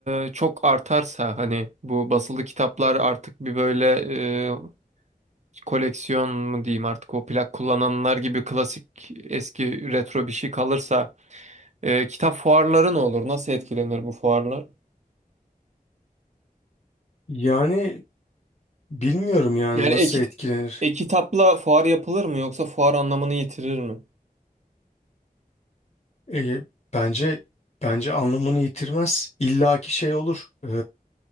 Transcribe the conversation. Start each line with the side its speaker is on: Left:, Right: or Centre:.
Right: e, çok artarsa hani bu basılı kitaplar artık bir böyle e, koleksiyon mu diyeyim artık o plak kullananlar gibi klasik eski retro bir şey kalırsa e, kitap fuarları ne olur? Nasıl etkilenir bu fuarlar?
Left: Yani bilmiyorum yani
Right: Yani
Left: nasıl
Right: e-kit-
Left: etkilenir.
Right: e-kitapla fuar yapılır mı yoksa fuar anlamını yitirir mi?
Left: E, bence bence anlamını yitirmez. İlla şey olur. E,